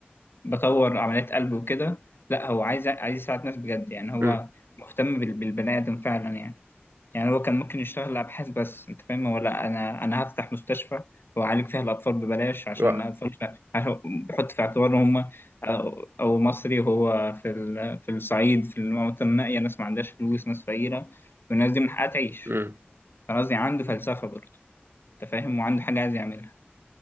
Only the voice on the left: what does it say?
بطور عمليات قلب وكده لا هو عايز عايز يساعد ناس بجد يعني هو
مهتم بال- بالبني ادم فعلا يعني يعني هو كان ممكن يشتغل أبحاث بس أنت فاهم هو لا أنا أنا هفتح مستشفى وأعالج فيها الأطفال ببلاش عشان
الأطفال عشان بحط في اعتبار إن هم أو, أو مصري هو في ال- في الصعيد في المناطق النائية ناس ما عندهاش فلوس ناس فقيرة والناس دي من حقها تعيش
فقصدي عنده فلسفة برضه أنت فاهم وعنده حاجة عايز يعملها